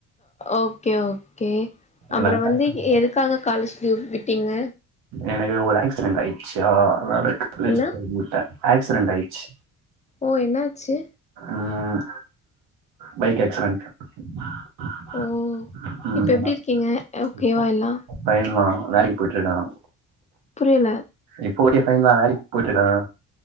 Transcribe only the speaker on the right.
இல்லனா
பேக்
பண்ண
மாட்டே
எனக்கு ஒரு ஆக்சிடென்ட் ஆயிடுச்சா அதனால காலேஜ்
போமுடில ஆக்சிடென்ட் ஆயிட்ச்சு
ம் பைக் ஆக்சிரன்ட் <unintelligible>
பையன்லா வேலைக் போயிட்ருக்கானா
இப்ப ஊட்டிய ஃபைன் தா வேலிக் போயிட்ருக்கானா